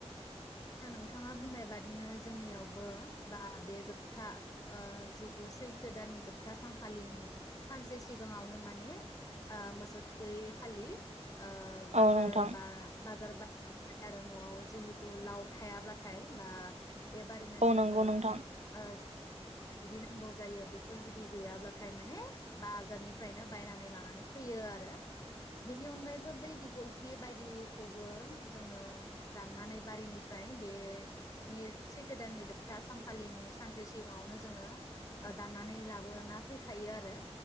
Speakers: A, on the left; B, on the right.
A: नोंथाङा बुंनाय बादिनो जोंनियावबो बा बे जोबथा ओ जिथु सैथो दाननि जोबथा सानखालिनि सानसे सिगाङावनो माने ओ मोसौ थुखैखालि ओ
B: औ
A: बाजार
B: नोंथां
A: बा बाजार बा ओमफ्राय आरो नआव जिहेतु लाव थायाब्लाथाय बा बेबादिनो
B: औ
A: जोंनो
B: नंगौ नोंथां
A: ओ हालदि नांगौ जायो बेफोर जुदि गैयाब्लाथाय माने बाजारनिफ्रायनो बायनानै लानानै फैयो आरो बेनि अनगायैबो बै दिगलथि बायदिखौबो जोङो दाननानै बारिनिफ्राय बेनि सैथो दाननि जोबथा सानखालिनि सानसे सिगाङावनो जोङो दाननानै लाबोना फैखायो आरो